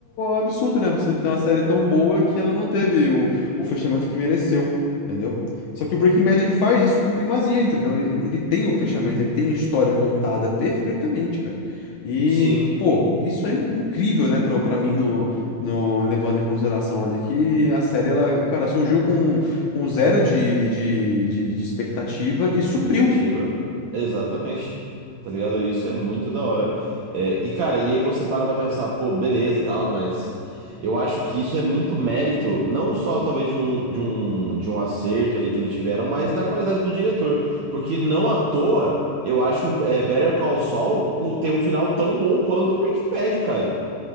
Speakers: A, on the left; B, on the right.
A: absurdo, né? Você ter uma série tão boa que ela não teve o, o fechamento que mereceu, entendeu? Só que o Breaking Bad ele faz isso com primazia, entendeu? Ele, ele ele tem o fechamento, ele tem a história contada perfeitamente, cara. E,
B: Sim,
A: pô, isso é incrível, né, pra, pra mim, no, no, levando em consideração ali que a série, ela, cara, surgiu com, com zero de, de, de, de expectativa e supriu.
B: expectativa. Exatamente. Tá ligado? Isso é muito da hora. É, e cara, e aí você para pra pensar, pô, beleza, tal, mas eu acho que isso é muito mérito, não só talvez de um, de um, de um acerto ali que eles tiveram, mas da qualidade do diretor. Porque não à toa, eu acho é, Better Call Saul um- tem um final tão bom quanto Breaking Bad, cara.